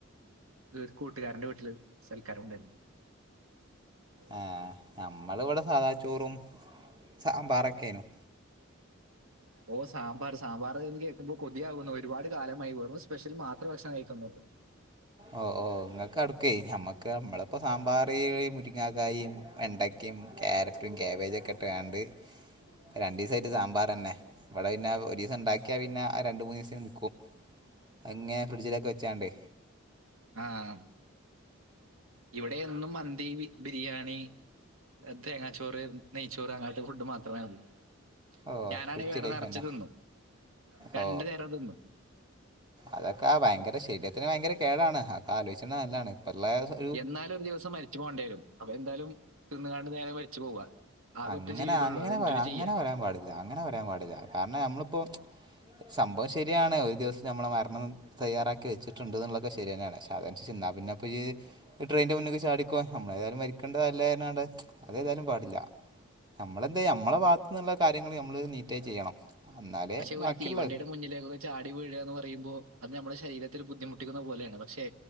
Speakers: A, on the right; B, on the right.
A: <unintelligible> കൂ കൂട്ടുകാരന്റെ വീട്ടില് സൽക്കാരം ഉണ്ടായിരുന്നു
B: ആഹ് നമ്മള് ഇവടെ സാധാ ചോറും സാമ്പാറൊക്കെനും
A: ഓ സാമ്പാർ സാമ്പാറ് <unintelligible> ന്ന് കേൾക്കുമ്പോ കൊതിയാകുന്നു. ഒരുപാട് കാലമായി വെറും സ്പെഷ്യൽ മാത്രം ഭക്ഷണം കഴിക്കുന്നു
B: ഓഹ് ഓഹ് ഇങ്ങൾക്ക് അടുക്കെയ് ഞമ്മുക്ക് ഞമ്മളിപ്പ സാമ്പാർ, മുരിങ്ങക്കായും, വെണ്ട, ക്കിം, ക്യാരറ്റും, ക്യാബേജ്, ഒക്കെ ഇട്ട് കാണ്ട് രണ്ടീസ ആയിട്ട് സാമ്പാറെന്നെ. ഇവടെ പിന്നെ ഒരീസം ഇണ്ടാക്ക്യാ പിന്നെ ആഹ് രണ്ട് മൂന്ന് ദിവസത്തിന് നൽക്കും അങ്ങനെ ഫ്രിഡ്ജിലൊക്കെ വെച്ചാണ്ട്
A: ആഹ് ഇവിടെ എന്നും മന്തി ബി ബിരിയാണി തേങ്ങാച്ചോറ് നെയ്ച്ചോറ് അങ്ങനത്തെ ഫുഡ് മാത്രമാണ് <unintelligible>
B: ഓ
A: ഞാനാണെങ്കിൽ
B: റിച്ച്
A: വയറ്
B: ലൈഫ്
A: നെറ്ച്ചു
B: തന്നെ
A: തിന്നു രണ്ട്
B: ഓ
A: നേരം <unintelligible> തിന്നും
B: അതൊക്കെ ഭയങ്കര ശരീരത്തിന് ഭയങ്കര കേടാണ്. ആ ഒക്കെ ആലോചിച്ചുന്ന നല്ലാണ്. ഇപ്പ ഉള്ള <unintelligible>
A: എന്നാലും ഒരു ദിവസം മരിച്ചു പോണ്ടേരും. അപ്പൊ എന്തായാലും തിന്ന്കാണ്ട് നേരം മരിച്ചു പോവാ ആകെ
B: അങ്ങനെ
A: ഒറ്റ ജീവിതള്ളൂ
B: അങ്ങനെ
A: അത് എൻജോയ്
B: അങ്ങനെ
A: ചെയ്യാ
B: പറയാൻ പാടില്ല അങ്ങനെ വരാൻ പാടില്ല കാര്ണം ഞമ്മള് ഇപ്പോ സംഭവം ശരിയാണ് ഒരു ദിവസം നമ്മടെ മരണം തയ്യാറാക്കി വച്ചിട്ടുണ്ട്ന്നുള്ളതൊക്കെ ശര്യന്നേണ് ക്ഷേ അ <unintelligible> വ ഇന്നാ പിന്നെപ്പ ഈ ട്രെയിൻ്റെ മുന്നിക്ക് ചാടിക്കോ. നമ്മള് എത്യായാലും മരിക്ക്ണ്ടോ ഇല്ലേറ്ഞ്ഞാണ്ട് അത് ഏതായാലും പാടില്ല നമ്മളെന്തെ നമ്മടെ ഭാത്തു നിന്ന്ള്ള കാര്യങ്ങള് നമ്മള് നീറ്റായി ചെയ്യണം എന്നാലേ
A: പക്ഷെ ഒരു
B: ബാക്കിയുള്ള
A: തീവണ്ടിയുടെ മുന്നിലേ <unintelligible> ള്ള ചാടി വിഴു എന്ന് പറയുമ്പോ അത് നമ്മുടെ ശരീരത്തില് ബുദ്ധിമുട്ടിക്കുന്ന പോലേ ആണ് പക്ഷെ